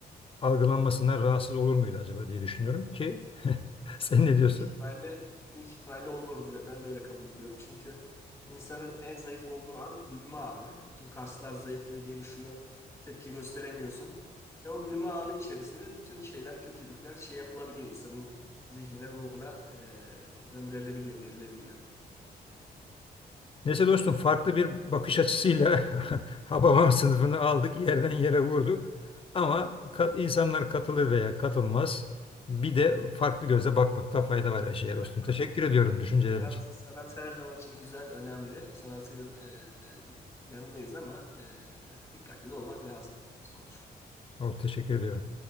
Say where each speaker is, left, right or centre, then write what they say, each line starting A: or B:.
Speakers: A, on the left (about 30°); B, on the left (about 15°).
A: algılanmasından rahatsız olur muydu acaba diye düşünüyorum ki <laughs> sen ne diyorsun?
B: Büyük ihtimalle, büyük ihtimalle olurdu. Ben de öyle kabul ediyorum. Çünkü insanın en zayıf olduğu an gülme anı. Bütün kaslar zayıflıyor, gevşiyor. Tepki gösteremiyorsun. E o gülme anı içerisinde bütün şeyler, kötülükler şey yapılabiliyor. insanın zihnine, ruhuna e, gönderilebiliyor, verilebiliyor.
A: Neyse dostum farklı bir bakış açısıyla <laughs> Hababam sınıfını aldık, yerden yere vurduk. Ama kat, insanlar katılır veya katılmaz. Bir de farklı gözle bakmakta fayda var her şeye dostum.
B: Bak bak
A: Teşekkür ediyorum düşüncelerin
B: sanat,
A: için.
B: sanat her zaman için güzel, önemli. Sanatın e, e, yanındayız ama e, dikkatli de olmak lazım sonuç.
A: Ol, teşekkür ediyorum.